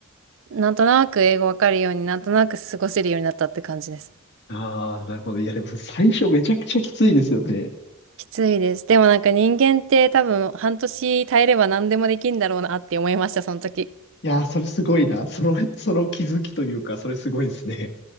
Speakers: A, on the right; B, on the left.
A: なんとなく英語わかるように、なんとなく過ごせるようになったって感じです。
B: ああー、なるほど。いや、でもさ、最初めちゃくちゃきついですよね。
A: きついです。でもなんか人間って多分半年耐えれば何でもできるんだろうなって思いました、その時。
B: いやー、それすごいな。その、その気づきというか、それすごいですね。